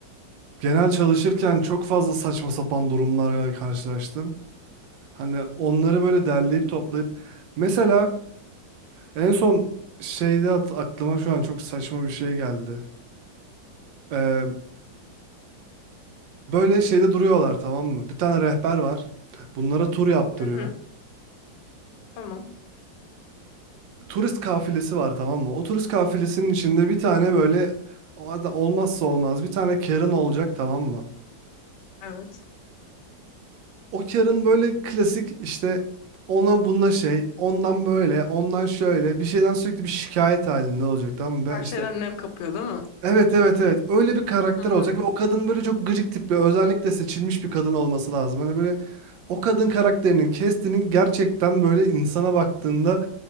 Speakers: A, on the right; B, on the left.
A: Genel çalışırken çok fazla saçma sapan durumlarla karşılaştım. Hani onları böyle derleyip toplayıp. Mesela en son şeyde at- aklıma şu an çok saçma bir şey geldi. Ee, böyle şeyde duruyorlar tamam mı? Bir tane rehber var. Bunlara tur yaptırıyor.
B: Hı hı. Tamam.
A: turist kafilesi var tamam mı? O turist kafilesinin içinde bir tane böyle o ada- olmazsa olmaz bir tane Karen olacak tamam mı?
B: Evet.
A: O Karen böyle klasik işte ona bununla şey, ondan böyle, ondan şöyle bir şeyden sürekli bir şikayet halinde olacak tamam mı?
B: Her
A: Ben işte
B: şeyden nem kapıyor değil mi?
A: Evet evet evet. Öyle bir karakter
B: Hı hı.
A: olacak ve o kadın böyle çok gıcık tipli, özellikle seçilmiş bir kadın olması lazım. Hani böyle o kadın karakterinin, Kestinin gerçekten böyle insana baktığında